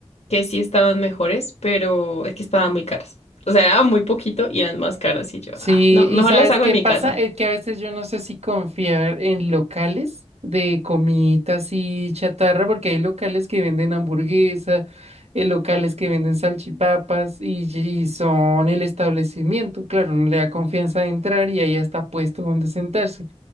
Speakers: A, on the left; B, on the right.
A: que sí estaban mejores, pero es que estaban muy caras. O sea, daban muy poquito y eran más caras. Y yo,
B: Sí,
A: ay, no, mejor
B: y ¿sabes
A: las hago
B: qué
A: en mi
B: pasa?
A: casa.
B: Es que a veces yo no sé si confiar en locales de comiditas y chatarra, porque hay locales que venden hamburguesa, eh, locales que venden salchipapas y, y son el establecimiento. Claro, no le da confianza de entrar y ahí está puesto donde sentarse.